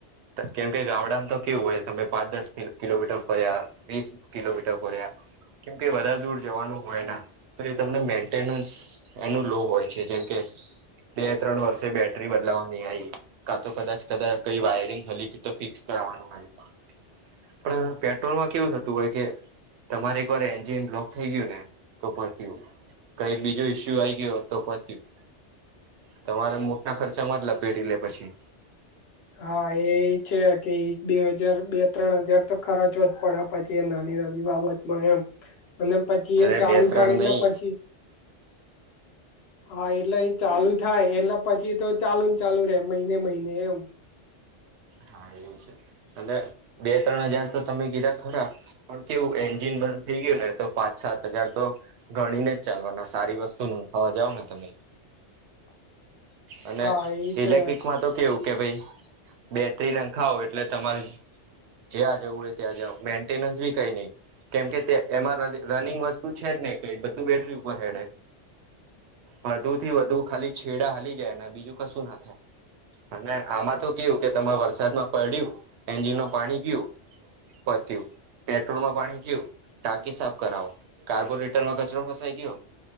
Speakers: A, on the right (about 75°); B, on the left (about 65°).
A: કેમ કે ગામડામાં તો કેવું હોય તમે પાંચ દસ કિલોમીટર ફર્યા વીસ કિલોમીટર ફર્યા કેમકે વધારે દૂર જવાનું હોય ના તો મેન્ટેનસ એનું લો હોય છે જેમ કે બે ત્રણ વર્ષે બે બેટરી બદલાવાની આવી કા તો કદાચ કદાચ કઈ વાયરિંગ હલી ગયુ તો ફિક્સ કરવાનું આવે પણ પેટ્રોલમાં કેવું થતું હોય કે તમારે એક વાર એન્જિન બ્લોક થઈ ગયું ને તો પતીયું. કઈ બીજો ઈસ્યુ આવી ગયો તો પતયું તમારે મુ ટા ખર્ચામાં જ લપેટી લે પછી
B: હા એ છે કે એક બે હજાર બે ત્રણ હજાર તો ખરચવા પડ પછી એ નાની નાની બાબતમાં એમ અને પછી
A: અરે
B: એ ચાલુ
A: બે ત્રણ
B: થાય એટલે
A: નહી
B: પછી હા એટલે એ ચાલુ થાય એટલે પછી તો ચાલુ ચાલુ રે મહિને મહિને એવું
A: હા એ છે અને બે ત્રણ હજાર તો તમે કીધા ખરા પણ કેવું એન્જિન બંધ થઈ ગયું ને તો પાંચ સાત હજાર તો ગણીને જ ચાલવાના સારી વસ્તુ નંખાવા જાવ ને તમે
B: <inaudible>
A: અને
B: હા એ છે
A: ઇલેક્ટ્રિક માં તો કેવું કે ભાઈ બેટરી નંખાવો એટલે તમારે જ્યાં જવું હોય ત્યાં જાવ મેન્ટેનન્સ બી કઈ નહી. કેમ કે તે એમાં રનિંગ વસ્તુ છે જ નય કઈ એટલે બધું બેટરી ઉપર હેડે. વધુ થી વધુ ખાલી છેડા હલી જાય ને બીજું કશું ના થાય. અને આમાં તો કેવું કે તમે વરસાદમાં પલડયુ એન્જિન ન પાણી ગયું પત્યું. પેટ્રોલમાં પાણી ગયું ટાંકી સાફ કરાવો કાર્બોરેટરમાં કચરો ફસાઈ ગયો